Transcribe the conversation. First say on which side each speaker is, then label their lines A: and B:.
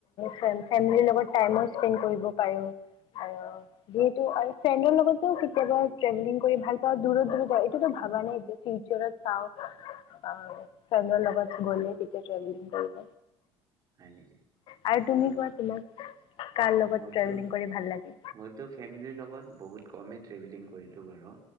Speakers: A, on the left; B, on the right.
A: ফে, ফেমিলীৰ লগত টাইমো স্পেণ্ড কৰিব পাৰোঁ আৰু যিহেতু আৰু ফ্ৰেণ্ডৰ লগতো কেতিয়াবা ট্ৰেভেলিং কৰি ভালপাওঁ দূৰত-দূৰত হয়, এইটোতো ভাবা নাই এতিয় <unintelligible> চাওঁ, অ ফেমিলী লগত গ'লে কেতিয়াবা ট্ৰেভেলিং কৰিব।
B: হয় নেকি,
A: আৰু তুমি
B: অহ্,
A: কোৱা তোমাক কাৰ লগত
B: মইতো-মইতো
A: ট্ৰেভেলিং কৰি ভাল লাগে
B: ফেমিলীৰ লগত বহুত কমেই ট্ৰেভেলিং কৰিলোঁ বাৰু।